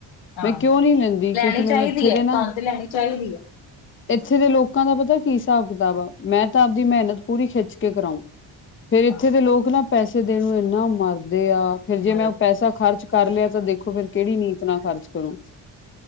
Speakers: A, on the left; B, on the left.
A: ਹਾਂ
B: ਮੈਂ ਕਿਉਂ ਨੀ ਲੈਂਦੀ,
A: ਲੈਣੀ
B: ਕਿਉਂਕਿ
A: ਚਾਹੀਦੀ
B: ਮੈਨੂੰ ਇੱਥੇ
A: ਹੈ
B: ਦੇ ਨਾ।
A: ਤੁਹਾਨੂੰ ਤੇ ਲੈਣੀ ਚਾਹੀਦੀ ਹੈ
B: ਇੱਥੇ ਦੇ ਲੋਕਾਂ ਦਾ ਪਤਾ ਕੀ ਹਿਸਾਬ ਕਿਤਾਬ ਆ, ਮੈਂ ਤਾਂ ਆਪਦੀ ਮਿਹਨਤ ਪੂਰੀ ਖਿੱਚ ਕੇ ਕਰਾਉ‌। ਫੇਰ ਇੱਥੇ
A: ਹਾਂ
B: ਦੇ ਲੋਕ ਨਾ ਪੈਸੇ ਦੇਣ ਨੂੰ ਇੰਨਾ ਮਰਦੇ ਆ, ਫੇਰ ਜੇ
A: ਮਦਦ
B: ਮੈਂ ਉਹ ਪੈਸਾ। ਖਰਚ ਕਰ ਲਿਆ ਤਾਂ ਦੇਖੋ ਫਿਰ, ਕਿਹੜੀ ਨੀਤ ਨਾਲ ਖਰਚ ਕਰੋ।